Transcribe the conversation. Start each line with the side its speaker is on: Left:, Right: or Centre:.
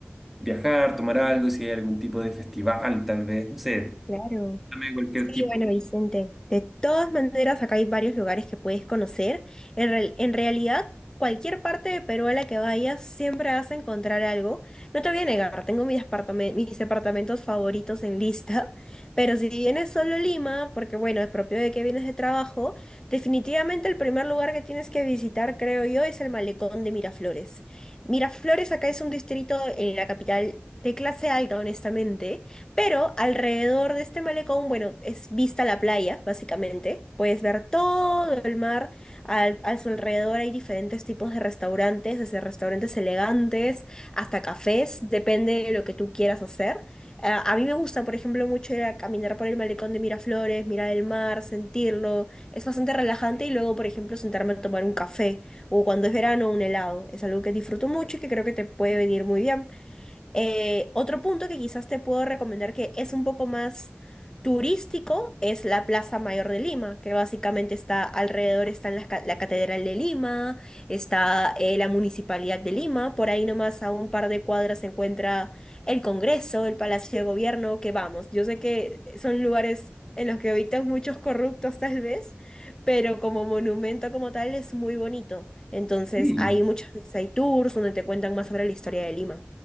Centre: viajar, tomar algo, si hay algún tipo de festival, tal vez, no sé,
Left: Claro.
Centre: dame cualquier
Left: Sí,
Centre: tipo.
Left: bueno, Vicente, de todas maneras acá hay varios lugares que puedes conocer. En, real- en realidad, cualquier parte de Perú a la que vayas siempre vas a encontrar algo. No te voy a negar, tengo mis apartame- mis departamentos favoritos en lista, <laughs> pero si vienes solo a Lima, porque bueno, es propio de que vienes de trabajo, definitivamente el primer lugar que tienes que visitar, creo yo, es el malecón de Miraflores. Miraflores acá es un distrito en la capital de clase alta, honestamente pero alrededor de este malecón, bueno, es vista la playa, básicamente. Puedes ver todo el mar. Al- a su alrededor hay diferentes tipos de restaurantes, desde restaurantes elegantes hasta cafés, depende de lo que tú quieras hacer. Ah, a mí me gusta, por ejemplo, mucho ir a caminar por el malecón de Miraflores, mirar el mar, sentirlo. Es bastante relajante y luego, por ejemplo, sentarme a tomar un café o cuando es verano, un helado. Es algo que disfruto mucho y que creo que te puede venir muy bien. Eh, otro punto que quizás te puedo recomendar que es un poco más turístico es la Plaza Mayor de Lima, que básicamente está alrededor, están las ca- la, Catedral de Lima, está eh, la Municipalidad de Lima, por ahí nomás a un par de cuadras se encuentra el Congreso, el Palacio de Gobierno, que vamos, yo sé que son lugares en los que habitan muchos corruptos tal vez, pero como monumento como tal es muy bonito. Entonces
Centre: Sí.
Left: hay muchos veces hay tours donde te cuentan más sobre la historia de Lima.